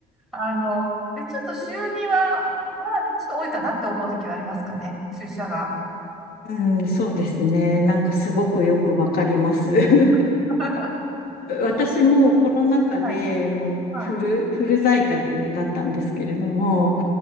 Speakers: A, in the centre; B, on the left.
A: あの、で、ちょっと週入は、まあ、ちょっと多いかなって思う時はありますかね、出社が。
B: うん。そうですね。なんかすごくよくわかります。<laughs>
A: <laughs>
B: 私もコロナ禍でもうフル、
A: え、はい、はい、
B: フル在宅だったんですけれども、
A: はい、